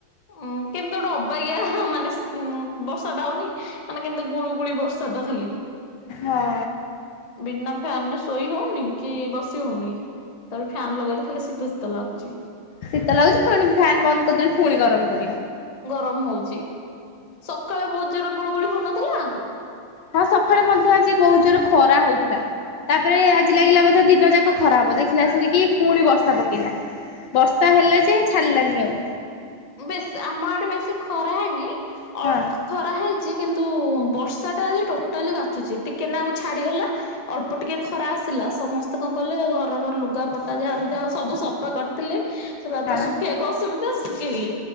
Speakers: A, on the left; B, on the left.
A: ଅଁ କିପ୍ କେମତି ଗୋଟେ ଅବାଗିଆ ମାନେ ଉଁ ବର୍ଷାଟା ହଉନି ମାନେ କେମିତି ଗୁଳୁଗୁଳି ବର୍ଷାଟା ଖାଲି।
B: ହଁ।
A: ବିନା ଫ୍ୟାନ୍ ରେ ଶୋଇ ହଉନି କି ବସି ହଉନି। ତାପରେ ଫ୍ୟାନ୍ ଲଗେଇଲେ ଖାଲି ଶୀତ ଶୀତ ଲାଗୁଚି।
B: ଶୀତ ଲାଗୁଚି ଫୁଣି ଫ୍ୟାନ୍ ବନ୍ଦ କରିଦେଲେ ଫୁଣି ଗରମ୍ କରିବ?
A: ଗରମ୍ ହଉଚି। ସକାଳେ ବହୁତ୍ ଜୋର୍ ରେ ଗୁଳୁ ଗୁଳି ହଉନଥିଲା?
B: ହଁ ସଖାଳେ ମଧ୍ୟ ଆଜି ବହୁତ୍ ଜୋର୍ ରେ ଖରା ହଉଥିଲା। ତାପରେ ଆଜି ଲାଗିଲା ବୋଧେ ଦିନ ଯାକ ଖରା ହବ ଦେଖିଲା ବଳସିକି ପୁଣି ବର୍ଷା ପକେଇଲା। ବର୍ଷା ହେଲା ଯେ ଛାଡ଼ିଲାନି ଆଉ।
A: ବେଶୀ ଆମ ଆଡେ ବେଶୀ ଖରା ହେଇନି ଅଳ୍ପ
B: ହଁ
A: ଖରା ହେଇଚି କିନ୍ତୁ ବର୍ଷାଟା ଆଜି ଟୋଟାଲି କାଚୁଚି ଟିକେ ନାକୁ ଛାଡିଗଲା ଅଳ୍ପ ଟିକେ ଖରା ଆସିଲା ସମସ୍ତେ କଣ କଲେ ଘରର ଲୁଗାପଟା ଯାହାର ଯାହା ସବୁ ସ ସଫା କରିଥିଲେ ସେରା
B: ହଁ
A: ତ ଶୁଖେଇବାକୁ ଅସୁବିଧା ଶୁକେଇଲେ